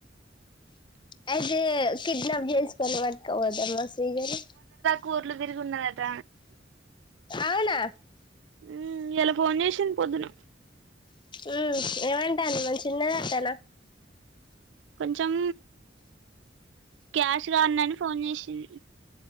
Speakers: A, on the left (about 25°); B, on the right (about 80°).
A: అయిదే కిడ్నాప్ జెస్కొని పట్టకపోదామ శ్రీజని.
B: కూర్లు తిరిగున్నదట
A: అవునా
B: మ్మ్ ఇయ్యాల ఫోన్ చేసింది పొద్దున
A: ఉమ్ ఏవంటంది మంచిఉన్నదంటన
B: కొంచెం క్యాష్ కావాలని ఫోన్ జేసింది